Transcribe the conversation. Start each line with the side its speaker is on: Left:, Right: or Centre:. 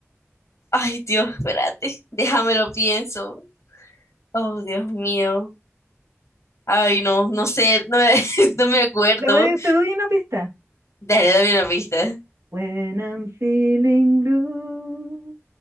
Left: Ay, Dios, espérate, déjame lo pienso. Oh, Dios mío. Ay, no, no sé, no me, <laughs> no me acuerdo.
Right: Te doy, te doy una pista.
Left: Dale, dame una pista.
Right: When I'm feeling blue.